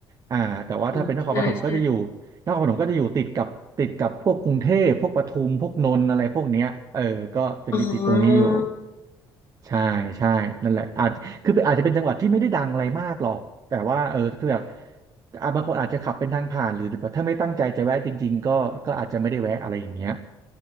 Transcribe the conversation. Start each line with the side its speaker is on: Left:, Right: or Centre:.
Right: อ่าแต่ว่าถ้าเป็นนครปฐมก็จะอยู่
Left: อืมใช่ใช่
Right: นครปฐมก็จะอยู่ติดกับติดกับพวกกรุงเทพพวกปทุมพวกนนท์อะไรพวกเนี้ยเออก็จะมีติดตรงนี้อยู่
Left: อ๋อ
Right: ใช่ใช่นั่นแหละอาจคืออาจจะเป็นจังหวัดที่ไม่ได้ดังอะไรมากหรอกแต่ว่าเออคือแบบอ่ะบางคนอาจจะขับเป็นทางผ่านหรือแบบถ้าไม่ตั้งใจจะแวะจริงๆก็ก็อาจจะไม่ได้แวะอะไรอย่างเงี้ย